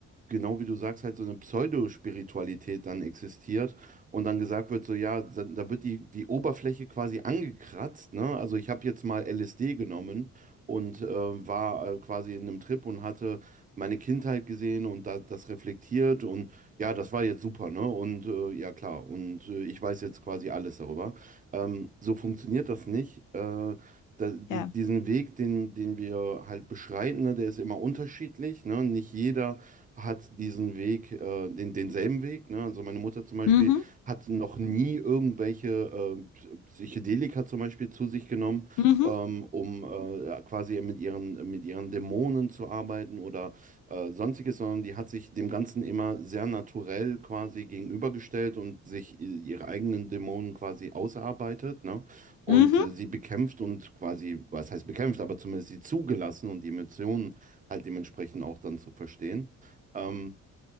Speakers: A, on the right; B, on the left.
A: genau wie du sagst, halt so eine Pseudospiritualität dann existiert und dann gesagt wird, so ja, da, da wird die, die Oberfläche quasi angekratzt, ne? Also ich habe jetzt mal LSD genommen und äh, war äh, quasi in einem Trip und hatte meine Kindheit gesehen und da, das reflektiert und ja, das war jetzt super, ne? Und äh, ja, klar, und äh, ich weiß jetzt quasi alles darüber. Ähm, so funktioniert das nicht. Äh, da, die,
B: Ja.
A: diesen Weg, den, den wir halt beschreiten, ne, der ist immer unterschiedlich. Ne? Nicht jeder hat diesen Weg, äh, den, denselben Weg. Ne? Also meine Mutter zum Beispiel
B: Mhm.
A: hat noch nie irgendwelche äh, P- Psychedelika zum Beispiel zu sich genommen,
B: Mhm.
A: ähm, um äh, quasi mit ihren, mit ihren Dämonen zu arbeiten oder äh, sonstiges, sondern die hat sich dem Ganzen immer sehr naturell quasi gegenübergestellt und sich i- ihre eigenen Dämonen quasi ausarbeitet, ne? Und
B: Mhm.
A: äh, sie bekämpft und quasi, was heißt bekämpft, aber zumindest sie zugelassen und die Emotionen halt dementsprechend auch dann zu verstehen ähm,